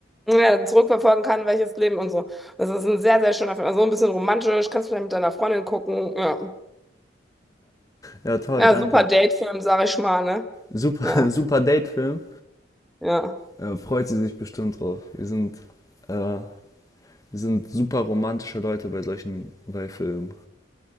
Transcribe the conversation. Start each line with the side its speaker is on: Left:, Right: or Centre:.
Centre: Ja, zurückverfolgen kann, welches Leben und so. Das ist ein sehr, sehr schöner Film. Also ein bisschen romantisch, kannst du vielleicht mit deiner Freundin gucken. Ja,
Left: Ja, toll,
Centre: ja
Left: danke.
Centre: super Date-Film, sag ich mal, ne?
Left: Super,
Centre: Ja,
Left: <laughs> super Date-Film.
Centre: ja,
Left: Äh, freut sie sich bestimmt drauf. Wir sind, äh, wir sind super romantische Leute bei solchen, bei Filmen.